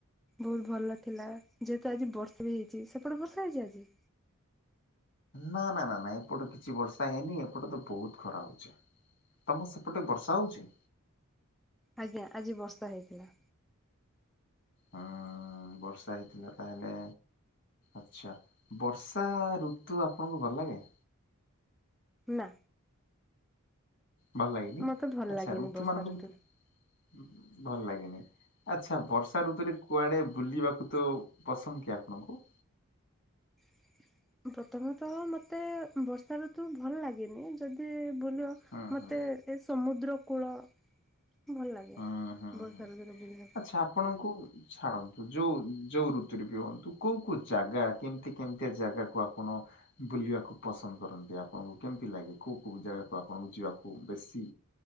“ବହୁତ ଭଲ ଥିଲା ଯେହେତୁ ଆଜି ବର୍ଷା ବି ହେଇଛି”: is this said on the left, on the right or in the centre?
Centre